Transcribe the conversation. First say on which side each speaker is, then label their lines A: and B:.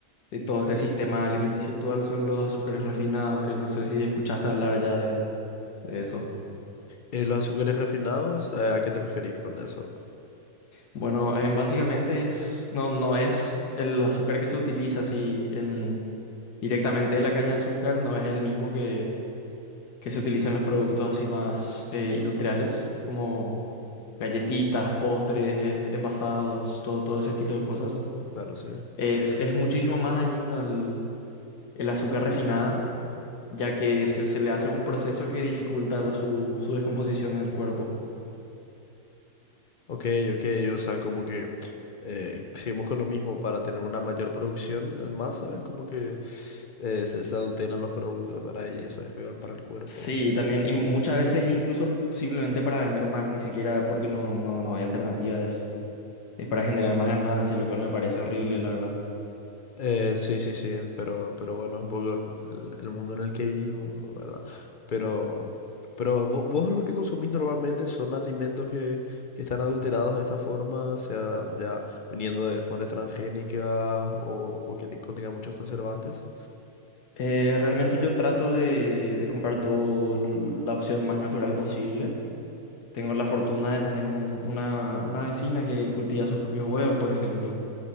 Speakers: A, on the left; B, on the left.
A: todo este sistema alimenticio actual son los azúcares refinados, que no sé si escuchaste hablar ya de, de eso.
B: Eh, los azúcares refinados, eh, ¿a qué te referís con eso?
A: Bueno, em, básicamente es, no, no es el azúcar que se utiliza así en, directamente de la caña de azúcar, no es el mismo que, que se utiliza en los productos así más eh, industriales, como galletitas, postres, eh, envasados, todo, todo ese estilo de cosas.
B: Claro, sí.
A: Es, es muchísimo más dañino el, el azúcar refinada ya que se, se le hace un proceso que dificulta su, su descomposición en el cuerpo.
B: Ok, ok, o sea, como que eh, seguimos con lo mismo para tener una mayor producción en masa, como que eh, se, se adulteran los productos, ¿verdad? Y eso es peor para el cuerpo.
A: Sí, también, y muchas veces es incluso simplemente para vender más, ni siquiera porque no, no, no hay alternativas, es para generar más ganancias, lo cual me parece horrible, la verdad.
B: Eh, sí, sí, sí, pero, pero bueno, es un poco el, el- el mundo en el que vivimos, ¿verdad? Pero, pero vo- vos, lo que consumís normalmente son alimentos que, que están adulterados de esta forma, sea ya viniendo de fuentes transgénicas o, o que te- contengan muchos conservantes.
A: Eh, realmente yo trato de, de comprar todo l- la opción más natural posible. Tengo la fortuna de tener un- una, una vecina que cultiva sus propios huevos, por ejemplo.